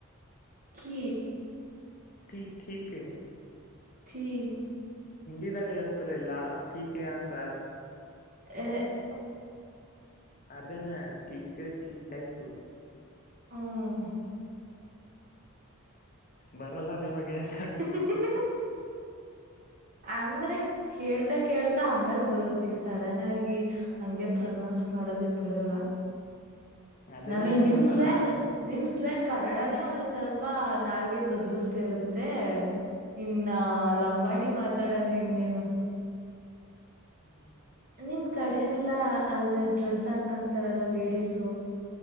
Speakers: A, on the right (about 40°); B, on the left (about 40°).
A: ಕಿ
B: ಟಿಕ್ ಟಿಕ್
A: <unintelligible> <unintelligible>
B: ಹಿಂದಿದಾಗ ಹೇಳೇತಿರಿಲ್ಲ ಟೀಕೆ ಅಂತ
A: ಹ <unintelligible>
B: ಅದೇನ ಟೀಕ್ ಚೀಕ್ ಆಯ್ತು
A: ಹ್ಮ್
B: ಬರಲ್ಲ ನಿಮಗೆ ಅಂತ
A: <inaudible> ಅಂದ್ರೆ ಕೇಳ್ತಾ ಕೇಳ್ತಾ ಆಮೇಲ್ ಬರುತ್ತೆ ಈ ಸಡನ್ ಆಗಿ ಹಂಗೆ ಪ್ರನೌನ್ಸ್ ಮಾಡೋದಿಕ್ ಬರಲ್ಲ
B: ಅದೇನೇ
A: ನಮಿಗ್
B: ಹೇಳಿದ್ದೆ
A: ನಿಮಸ್ಲ್ಂಗ
B: ನಾನು
A: ನಿಮ್ಸ್ಲಂಗ್ ಕನ್ನಡಾನೇ ಒಂದೊಂದ್ ಸ್ವಲ್ಪ ನಾಲ್ಗೆ ತೊಂದಲೂಸ್ತಾ ಇರುತ್ತೆ ಇನ್ನ ಲಂಬಾಣಿ ಮಾತಾಡಂದ್ರೆ ಇನ್ನೇನು
B: ಹ್ಮ್
A: ನಿಮ್ ಕಡೆ ಎಲ್ಲಾ ಅದೇ ಡ್ರೆಸ್ ಹಾಕಂತಾರಲ್ಲ ಲೇಡೀಸು